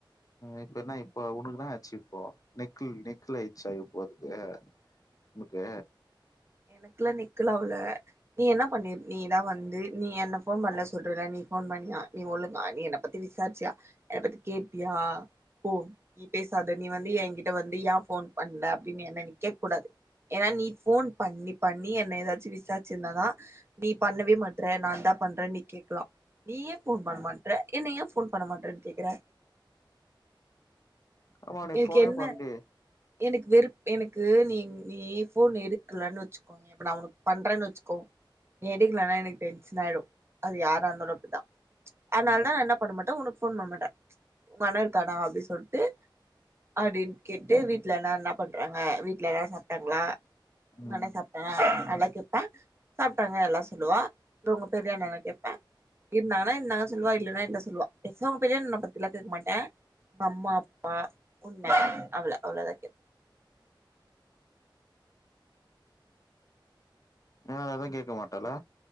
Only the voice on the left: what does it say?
இப்ப என்ன இப்போ உனுக்குதா ஆச்இப்போ நெக்குள் நெக்குள் ஆயிச்சா இப்போ அதுக்கு நமக்கு
ஆமா நீ
ஃபோனே
பண்லியே
ம்
ம்
வேற எதோ கேக்க மாட்டலே